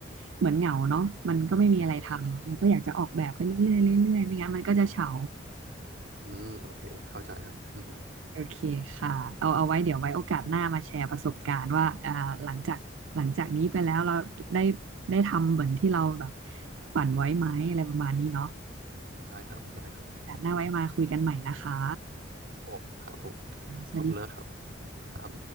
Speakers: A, on the right (about 75°); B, on the right (about 60°).
A: เหมือนเหงาเนาะมันก็ไม่มีอะไรทำเราก็อยากจะออกแบบไปเรื่อยๆเรื่อยๆไม่งั้นมันก็จะเฉา
B: อืมอืมโอเคเข้าใจครับอืม
A: โอเคค่ะเอาเอาไว้เดี๋ยวไว้โอกาสหน้ามาแชร์ประสบการณ์ว่าอ่าหลังจากหลังจากนี้ไปแล้วเราได้ได้ทำเหมือนที่เราแบบฝันไว้ไหมอะไรประมาณนี้เนาะ
B: ได้ครับได้ครับ
A: โอกาสหน้าไว้มาคุยกันใหม่นะคะ
B: ผมครับผม
A: สวัสดี
B: ขอบคุณนะครับครับ